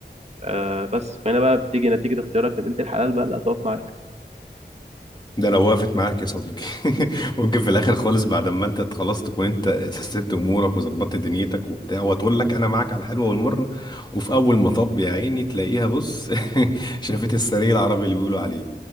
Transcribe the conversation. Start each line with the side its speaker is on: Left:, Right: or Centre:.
Right: آه، بس هنا بقى بتيجي نتيجه اختيارك لبنت الحلال بقى اللي هتقف معاك
Left: ده لو وقفت معاك يا صديقي <laughs> ممكن في الاخر خالص بعد ما انت خلاص تكون انت سيستمت امورك وظبطت دنيتك وبتاع وتقول لك انا معاك على الحلوه والمره وفي اول مطب يا عيني تلاقيها بص <laughs> شافت السرير العربي اللي بيقولوا عليه